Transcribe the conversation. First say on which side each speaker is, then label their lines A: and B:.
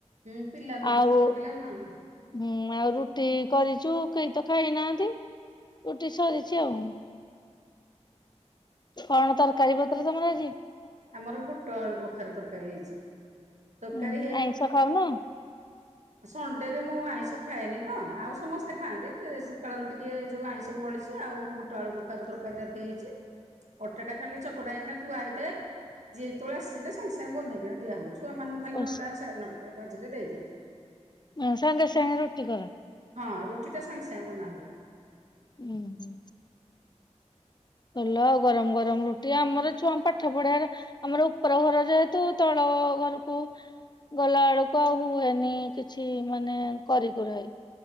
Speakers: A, on the right; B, on the left.
A: ହୁଁ ପିଲା ଲୋକ
B: ଆଉ
A: ଛୋଟୋ ପିଲା ନା।
B: ହୁଁ ଆଉ ରୁଟି କରିଚୁ କେହି ତ ଖାଇନାହାନ୍ତି ରୁଟି ସରିଛି ଆଉ। କଣ ତରକାରୀ ପତ୍ର ତମର ଆଜି?
A: ଆମର ବୁଟ ଆଳୁ କଖାରୁ ତରକାରୀ ହେଇଛି। ତରକାରୀ
B: ଉଁହଁ ଆଇଁଷ ଖାଉନ।
A: ସଣ୍ଡେ ରେ ମୁଁ ଆଇଁଷ ଖାଏନି ତ ଆଉ ସମସ୍ତେ ଖାଆନ୍ତି ଯେ ସକାଳୁ ରୁ ଟିକେ ଯୋଉ ଆଇଁଷ ବଳି ଚି ଆଉ ବୁଟ ଆଳୁ କଖାରୁ ତରକାରୀ ରାତି ହେଇଚି। ଅଟାଟା ଖାଲି ଚକଟା ହେଇକିନା ଥୁଆ ହେଇଥାଏ ଜିଏ ଯେତୋବୋଳେ ଆସିଲେ ସାଙ୍ଗେ ସାଙ୍ଗେ ବନେଇକିନା ଦିଆହୋଉଛି। ଛୁଆମାନଙ୍କୁ ଖାଲି
B: ଓ
A: ନଅଟା ସା ନଅଟା ବାଜିଲେ ଦେଇଦିଏ।
B: <unintelligible> ସାଙ୍ଗେ ସାଙ୍ଗେ ରୁଟି କର।
A: ହଁ ରୁଟିଟା ସାଙ୍ଗେ ସାଙ୍ଗେ ବନାହୁଏ।
B: ଉଁହୁଁ। ଭଲ ଆଉ ଗରମ ଗରମ ରୁଟି ଆମର ଛୁଆ ପାଠ ପଢେବାରେ ଆମର ଉପର ଘର ଯେହେତୁ ତଳ ଘରୁକୁ ଗଲା ଆଳୁକୁ ଆଉ ହୁଏନି କିଛି ମାନେ କରି କୁରାଇ।